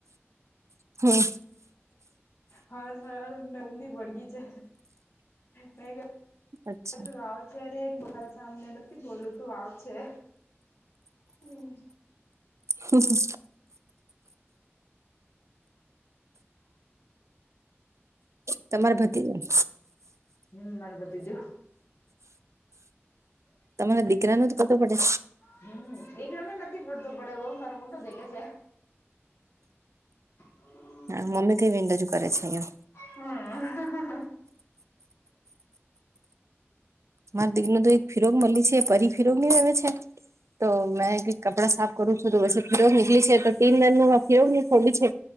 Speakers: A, on the right; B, on the left.
A: હમ
B: હ હ સર ઉદી વળગ છે. મે
A: અચ્છા
B: તું આવ છેે. રેને બોલ સામને નથી બોલું તું આવ છે. હમ્મ
A: હમ હ. તમારે ભત્રીજા
B: હમ મળરબતી જું.
A: તમારા દીકરા ને તો કતું પડે
B: હમ દીકરા ને નથી પડતોડે એ મારો મોટો દેખે છે. હમ્મ
A: હા મમી તે વિન જું કરે છે એમ
B: હમ!
A: મારે દીકરી ને તો એક ફિલમક મળી છે એ પરી ફિરોકની આવેમે છે તો મેં કપડા સાફ કરું છું તો પછી ફિરોગ નીકળી છે તો, તીન દર ન ફિરોગ ખોલી છે.